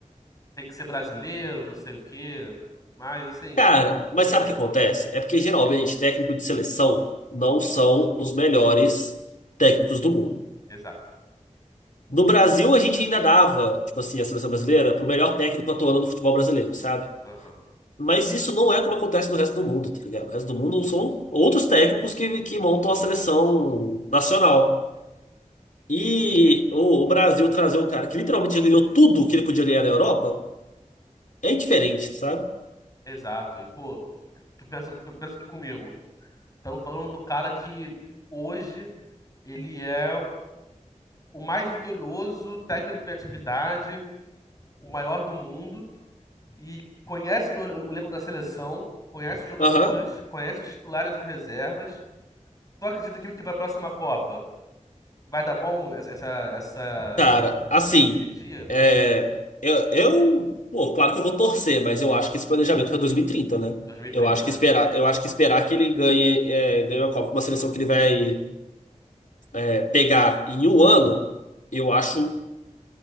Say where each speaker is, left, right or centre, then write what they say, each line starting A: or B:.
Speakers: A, on the left (about 25°); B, on the left (about 75°).
A: tem que ser brasileiro, não sei o quê. Mas, assim,
B: Cara,
A: é
B: mas
A: doideira.
B: sabe o que acontece? É porque geralmente técnico de seleção não são os melhores técnicos do mundo.
A: Exato.
B: No Brasil, a gente ainda dava, tipo assim, a seleção brasileira pro melhor técnico atuando no futebol brasileiro, sabe?
A: Aham,
B: Mas isso não é como acontece no resto do mundo, tá ligado? O resto do mundo são outros técnicos que, que montam a seleção nacional. E
A: exato.
B: o, o Brasil trazer o cara que literalmente já ganhou tudo que ele podia ganhar na Europa é diferente, sabe?
A: Exato. E, pô, tu pensa, tu pensa que comigo, estamos falando do cara que hoje ele é o mais vitorioso técnico em atividade, o maior do mundo. e conhece o o elenco da seleção, conhece os jogadores,
B: Aham.
A: conhece os titulares e os reservas. Tu acredita que, que para a próxima Copa vai dar bom essa, essa essa
B: Cara, assim,
A: energia?
B: é, eu, eu- Pô, claro que eu vou torcer, mas eu acho que esse planejamento para 2030, né?
A: 2030,
B: Eu acho que
A: né?
B: esperar, eu acho que esperar que ele ganhe, é, ganhe uma Copa com uma seleção que ele vai, é, pegar em um ano, eu acho,